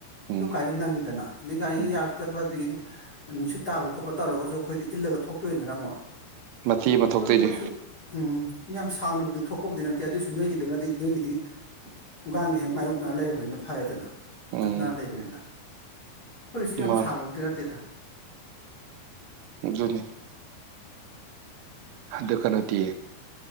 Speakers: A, on the right; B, on the left.
A: ꯎꯝ
B: ꯨ ꯀꯥꯏꯗꯅ ꯅꯪꯗꯅ ꯅꯒ ꯑꯩ
A: ꯎꯝ
B: ꯌꯥꯔ ꯇꯕ ꯑꯗꯨ ꯅꯨꯡꯁꯤꯠ ꯇꯥꯕ ꯈꯣꯠꯄ ꯇꯧꯔꯒꯁꯨ ꯑꯩꯈꯣꯏꯗꯤ ꯏꯜꯂꯒ ꯊꯣꯛꯇꯣꯏꯗꯅ ꯑꯃꯨꯛ
A: ꯃꯊꯤ ꯑꯃ ꯊꯣꯛꯇꯣꯏꯔꯤ
B: ꯍꯣꯏ ꯑꯩꯈꯣꯏꯁꯨ ꯎꯝ ꯌꯥꯝ ꯁꯥꯡꯅꯕꯨꯗꯤ ꯊꯣꯛꯄꯕꯨꯗꯤ ꯅꯠꯇꯦ ꯑꯗꯨꯑꯣꯏꯁꯨ ꯅꯣꯏꯒꯤꯗꯨꯅꯗꯤ ꯑꯗꯨꯏꯒꯤꯗꯤ ꯍꯣꯡꯒꯥꯡꯒ ꯍꯦꯛ ꯃꯥꯏꯌꯣꯛꯅꯔ ꯂꯩꯔꯕꯅꯤꯅ ꯐꯔꯦꯗꯅ
A: ꯎꯝ
B: ꯅꯅꯥ ꯂꯩ ꯂꯩꯕꯅꯤꯅ ꯑꯩꯈꯣꯏꯁꯨ ꯌꯥꯝ
A: ꯃꯥ
B: ꯁꯥꯡꯉꯨꯕꯗꯤ ꯅꯠꯇꯦꯗ
A: ꯖꯤꯅꯤ ꯑꯗꯨ ꯀꯩꯅꯣꯗꯤ